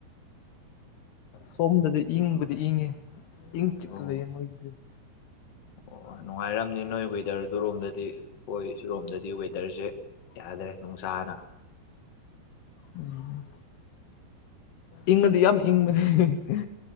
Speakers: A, on the left; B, on the left.
A: ꯁꯣꯝꯗꯗꯤ ꯏꯪꯕꯗꯤ ꯏꯪꯉꯦ ꯏꯪ ꯆꯤꯛꯀ
B: ꯑꯣ
A: ꯂꯩꯌꯦ ꯃꯣꯏꯒꯤꯗꯤ ꯎꯝ
B: ꯑꯣ ꯅꯨꯡꯉꯥꯏꯔꯝꯅꯤ ꯅꯣꯏ ꯋꯦꯗꯔ ꯔꯣꯝꯗꯗꯤ ꯍꯣꯏ ꯁꯤꯔꯣꯝꯗ ꯗꯤ ꯋꯦꯗꯔꯁꯦ ꯌꯥꯗ꯭ꯔꯦ ꯅꯨꯡꯁꯥꯅ
A: ꯎꯝ ꯏꯪꯉꯗꯤ ꯌꯥꯝ ꯏꯪꯕꯅꯦ ꯍꯦ ꯍꯦ